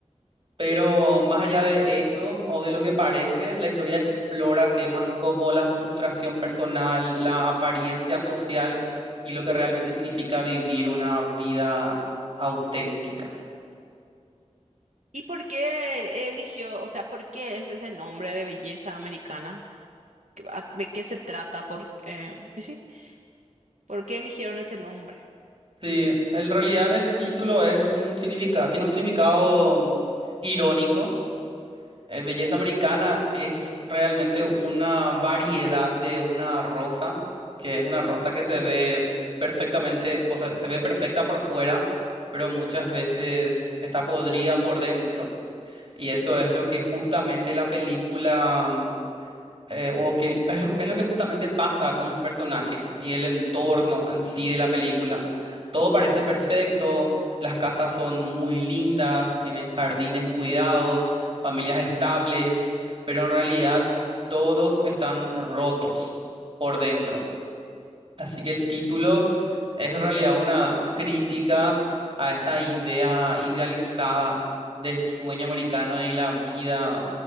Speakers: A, on the right (about 45°); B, on the right (about 80°).
A: pero más allá de eso, o de lo que parece, la historia explora temas como la frustración personal, la apariencia social y lo que realmente significa vivir una vida auténtica.
B: ¿Y por qué eligió, o sea, por qué es ese nombre de belleza americana? ¿Qué- a- ¿De qué se trata? ¿Por, eh, y sí, ¿por qué eligieron ese nombre?
A: Sí, en realidad el título es un significado, tiene un significado mm, irónico Eh, belleza americana es realmente una variedad de una rosa, que es una rosa que se ve perfectamente, o sea, se ve perfecta por fuera, pero muchas veces está podrida por dentro. Y eso es lo que justamente la película eh, o que el- es lo, es lo que justamente pasa con los personajes y el entorno en sí de la película. Todo parece perfecto, las casas son muy lindas, tienen jardines cuidados, familias estables, pero en realidad todos están rotos por dentro. Así que el título es en realidad una crítica a esa idea idealizada del sueño americano y la vida